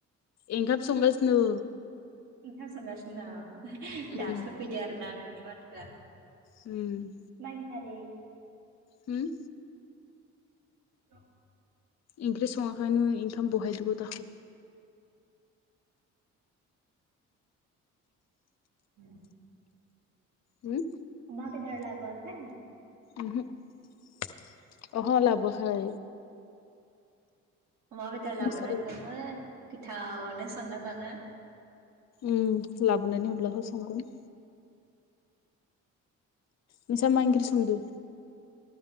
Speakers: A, on the left; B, on the right.
A: एंखाम संगासिनो।
B: ओंखाम संगासिनो दं
A: उम
B: दासो फैदो आरोना नोंनि माथोआ
A: अम
B: मा ओंखारि
A: अम
B: <unintelligible>
A: इंख्रि सङाखायनो ओंखाम बहायदोंबो
B: अम
A: हम
B: अमा बेदर लाबो आखै
A: ओमहो अह लाबो आखै
B: अमा बेदर लाबोनांगौमोन
A: मिसा
B: गोथावनो संना जानो।
A: अम लाबोनानै होब्ला हो संगोन। नोंसा मा ओंख्रि सोंदो